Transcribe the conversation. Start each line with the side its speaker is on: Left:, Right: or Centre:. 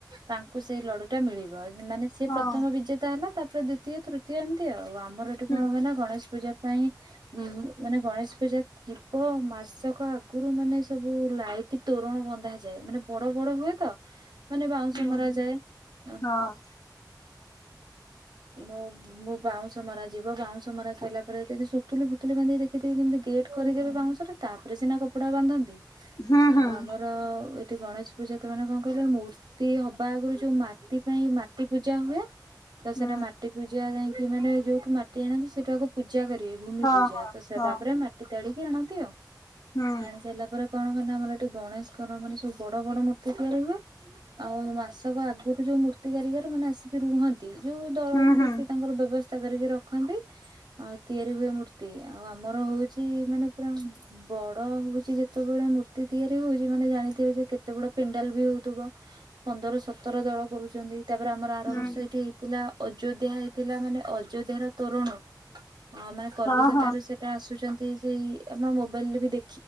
Right: ତାଙ୍କୁ ସେଇ ଲଡୁ ଟା ମିଳିବ ମାନେ ସିଏ
Left: ହଁ
Right: ପ୍ରଥମ ବିଜେତା ହେଲା ତା ତାପରେ ଦ୍ୱିତୀୟ ତୃତ୍ ତୀୟ ଏମତି ଆଉ ଆମର ଏଠି
Left: ହୁଁ
Right: କଣ ହୁଏ ନା ଗଣେଶ ପୂଜା ପାଇଁ ଉଁ ମାନେ ଗଣେଶ ପୂଜା ଥିବ ମାସକ ଆଗରୁ ମାନେ ସବୁ ଲାଇଟ୍ ତୋରଣ ବନ୍ଧାଯାଏ ମାନେ ବଡ ବଡ ହୁଏ ତ ମାନେ ବାଉଁଶ
Left: ହୁଁ
Right: ମରା
Left: ହୁଁ।
Right: ଯାଏ ଆ
Left: ହଁ
Right: ମୁଁ ମୋ ବାଉଁଶ ମରା ଯିବ ବାଉଁଶ ମରା ସଇଲା ପରେ ସେଠୀ ସବୁ। <unintelligible> ସୁତୁଲି ଫୁତୁଲି ବାନ୍ଧି ଦେଖିଥିବି କେମତି ଗେଟ୍ କରିଦେବେ ବାଉଁଶରେ ତାପରେ ସିନା କପଡ଼ା ବାନ୍ଧନ୍ତି।
Left: ହୁଁ ହୁଁ
Right: ଆଉ ଆମର ଏଠି ଗଣେଶ ପୂଜା ତାମାନେ କଣ କହିବ ମୂର୍ତ୍ତି ହବା ଆଗରୁ ଯୋଉ ମାଟି ପାଇଁ ମାଟି ପୂଜା ହୁଏ ତ
Left: ହୁଁ
Right: ସେଇଟା ମାଟି ପୂଜା ଯାଇ କି ମାନେ ଯୋଉଠୁ ମାଟି ଆଣନ୍ତି ସେଠୁ ଆଗକୁ ପୂଜା କରିବେ। ଭୂମି
Left: ହଁ
Right: ପୂଜା
Left: ହଁ
Right: ତ ସେ
Left: ହଁ
Right: ତାପରେ ମାଟି ତାଡି କି ଆଣନ୍ତି ଆଉ।
Left: ହୁଁ
Right: ଖାଇସାରିଲା ପରେ କଣ ମାନେ ଆମର ଏଠି ଗଣେଶଙ୍କର ମାନେ ସବୁ ବଡ ବଡ ମୂର୍ତ୍ତି ତିଆରି ହୁଏ ଆଉ ମାସକ ଆଗରୁ ଯୋଉ ମୂର୍ତ୍ତି କାରିଗର ମାନେ ଆସିକି ରୁହନ୍ତି ନ୍ତି, ଯୋଉ ଦଳ
Left: ହୁଁ
Right: ମାନେ
Left: ହୁଁ
Right: ସେ ତାଙ୍କର ବ୍ୟବସ୍ ତା କରିକି ରଖନ୍ତି ଆଉ ତିଆରି ଦେଵୀ ମୂର୍ତ୍ତି ଆଉ ଆମର ହଉଛି ମାନେ ପୁରା ବଡ ହଉଛି ଯେତେବେଳେ ମୂର୍ତ୍ତି ତିଆରି ହଉଛି ମାନେ ଯାଣିଥିଵେ ଯେ କେତେ ବଡ ପେଣ୍ଡାଲ ବି ହଉଥିବ ପନ୍ଦର, ସତର ଦଳ କରୁଚନ୍ତି। ତାପରେ ଆମର ଆର
Left: ହୁଁ
Right: ବର୍ଷ ଏଇଠି ହେଇଥିଲା ଅଯୋଧ୍ୟା ହେଇଥିଲା ମାନେ ଅଯୋଧ୍ୟ ର ତୋରଣ ହଁ ମାନେ କଲିକତା
Left: ହଁ ହଁ
Right: ରୁ ସେଟା ଆସୁଛନ୍ତି ଏଇ ସେଇ ଆପଣ ମୋବାଇଲ ରେ ବି ଦେ